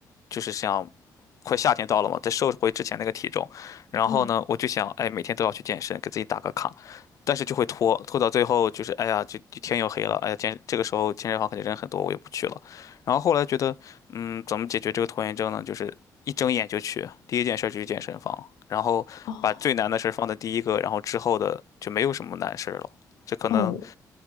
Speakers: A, on the left; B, on the left.
A: 就是想，快夏天到了嘛，再瘦回之前那个体重。然后呢，
B: 嗯，
A: 我就想，哎，每天都要去健身，给自己打个卡。但是就会拖，拖到最后就是，哎呀，就就天又黑了，哎呀，健这个时候健身房肯定人很多，我也不去了。然后后来觉得，嗯，怎么解决这个拖延症呢？就是一睁眼就去，第一件事儿就去健身房，然后把最难的事儿放在第一个，
B: 哦
A: 然后之后的就没有什么难事儿了。这可能。
B: 哦，